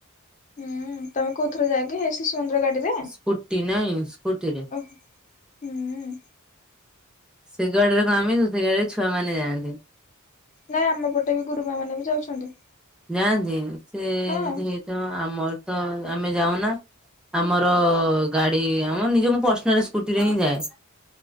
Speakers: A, on the left; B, in the centre.
A: ହୁଁ ତମେ କୋଉ ଥରେ ଯାଅକି ହେଇ ଶିଶୁମନ୍ଦିର ଗାଡ଼ିରେ?
B: ସ୍କୁଟି ନାଇଁ ସ୍କୁଟିରେ।
A: ଓହ୍ ହୁଁ
B: ସେ ଗାଡ଼ିରେ କଣ ଆମେ ଜିବୁ। ସେ ଗଡ଼ିରେ ଛୁଆମାନେ ଯାଆନ୍ତି।
A: ନାଇଁ ଆମ ପଟେ ବି ଗୁରୁମା ମାନେ ବି ଯାଉଛନ୍ତି।
B: ଯାଆନ୍ତି ସେ
A: ହଁ।
B: ଯଦି ହେଇଥିବ ଆମର୍ ତ ଆମେ ଯାଉନା। ଆମର ଗାଡ଼ି ଆମର ନିଜେ ମୁ ପର୍ସନାଲ ସ୍କୁଟି ରେ ହିଁ ଯାଏ।